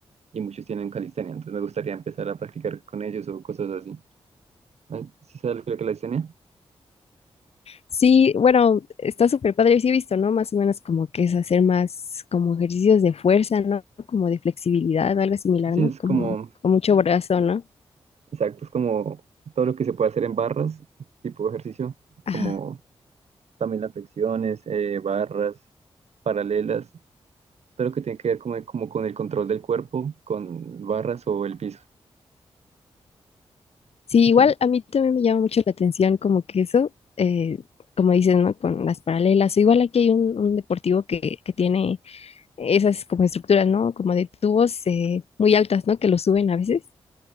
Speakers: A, on the right; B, on the left.
A: y muchos tienen calistenia, entonces me gustaría empezar a practicar con ellos o cosas así. Ah, ¿Sí sabes lo que es la calistenia?
B: Sí, bueno, está súper padre, sí he visto, ¿no? Más o menos como que es hacer más como ejercicios de fuerza, ¿no? Como de flexibilidad, algo similar,
A: Sí,
B: ¿no?
A: es
B: Como
A: como...
B: con mucho brazo, ¿no?
A: Exacto, es como todo lo que se puede hacer en barras, tipo de ejercicio,
B: Ajá.
A: como también las flexiones, eh, barras, paralelas, todo lo que tiene que ver como, como con el control del cuerpo, con barras o el piso,
B: Sí,
A: así.
B: igual a mí también me llama mucho la atención como que eso, eh, como dices, ¿no? Con las paralelas. O Igual aquí hay un, un deportivo que, que tiene esas como estructuras, ¿no? Como de tubos eh, muy altas, ¿no? Que lo suben a veces.